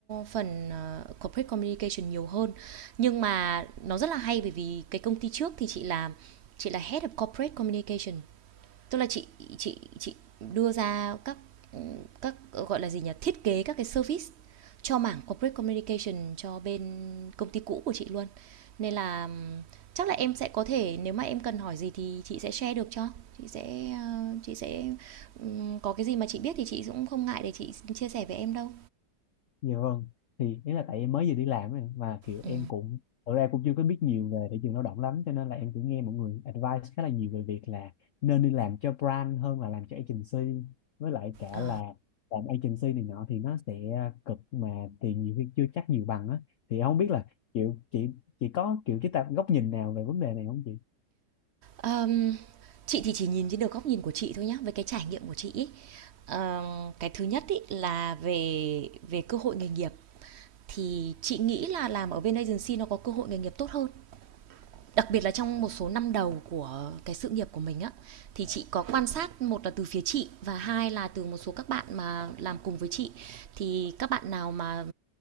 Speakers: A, on the right; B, on the left.
A: phần, ờ, corporate communication nhiều hơn. Nhưng mà nó rất là hay bởi vì cái công ty trước thì chị là chị là Head of Corporate Communication tức là chị chị chị đưa ra các các gọi là gì nhỉ thiết kế các cái service cho mảng corporate communication cho bên công ty cũ của chị luôn nên là chắc là em sẽ có thể nếu mà em cần hỏi gì thì chị sẽ share được cho chị sẽ uh, chị sẽ um, có cái gì mà chị biết thì chị cũng không ngại để chị chia sẻ với em đâu
B: nhiều hơn thì nghĩa là tại em mới vừa đi làm ấy, mà kiểu
A: ừ.
B: em cũng thực ra cũng chưa có biết nhiều về thị trường lao động lắm cho nên là em cũng nghe mọi người advice khá là nhiều về việc là nên đi làm cho brand hơn là làm cho agency với lại cả
A: à.
B: là làm agency này nọ thì nó sẽ cực mà tiền nhiều khi chưa chắc nhiều bằng á thì em không biết là kiểu chị chị có kiểu cái tạp góc nhìn nào về vấn đề này không chị
A: um, chị thì chỉ nhìn trên được góc nhìn của chị thôi nhá về cái trải nghiệm của chị ý. Um, cái thứ nhất ý là về về cơ hội nghề nghiệp thì chị nghĩ là làm ở bên agency nó có cơ hội nghề nghiệp tốt hơn đặc biệt là trong một số năm đầu của cái sự nghiệp của mình á thì chị có quan sát một là từ phía chị và hai là từ một số các bạn mà làm cùng với chị thì các bạn nào mà